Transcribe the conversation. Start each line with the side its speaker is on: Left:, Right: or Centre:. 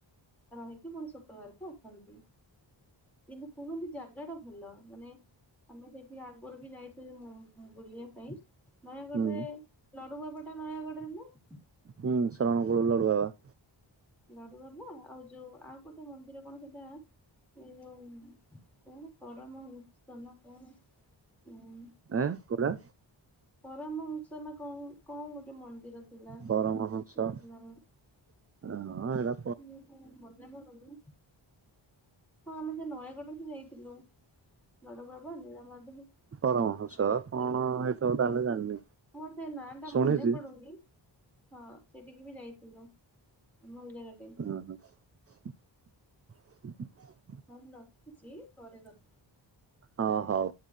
Centre: ରହିକି ପୁଣି ଶୁକ୍ରବାରକୁ ଉଠନ୍ତି। କିନ୍ତୁ କୁହନ୍ତି ଜାଗା ଟା ଭଲ। ମାନେ ଆମେ ସେଇଠି ଆଗରୁ ବି ଯାଇଥିଲୁ ବୁଲିବା ପାଇଁ। ନୟାଗଡ଼ରେ
Right: ହୁଁ
Centre: ଲଡୁଭୋଗଟା ନୟାଗଡ଼ରେ ନା।
Right: ହୁଁ, ସରଣକୁ ଲଡ଼ୁ ବାବା।
Centre: ଲଡୁ ବାବା। ଆଉ ଯୋଉ ଆଉ ଗୋଟେ ମନ୍ଦିର କଣ ସେଇଟା? ଏ ଯୋଉ କଣ ପରମ ଉଛ ନା କଣ? ହୁଁ।
Right: ଆଁ କୋଉଟା।
Centre: ପରାମର୍ଶ ନା କଣ କଣ ଗୋଟେ ମନ୍ଦିର। ଥିଲା
Right: ପର ମହୋତ୍ସବ
Centre: ଯାଇଥିଲୁ ଆମେ
Right: ଆଁ ଏଇରା
Centre: <unintelligible> ହଁ, ଆମେ ସେ ନୟାଗଡ଼କୁ ଯାଇଥିଲୁ। ବଡ ବାବା ନୀଳାମା
Right: ପରାମର୍ଶ କଣ ହେଇଥିବ? ତାହେଲେ ଜାଣିନି।
Centre: ହଁ, ସେ ନାଁ ଟା
Right: ଶୁଣିଛି
Centre: ମନେ ପଡୁନି। ହଁ, ସେଠିକି ବି ଯାଇଥିଲୁ। ଭଲ ଜାଗାଟି।
Right: ହଁ ହଁ <inaudible>
Centre: ହଁ, ମୁଁ ରଖୁଛି। ପରେ କ
Right: ହଁ ହୋଉ।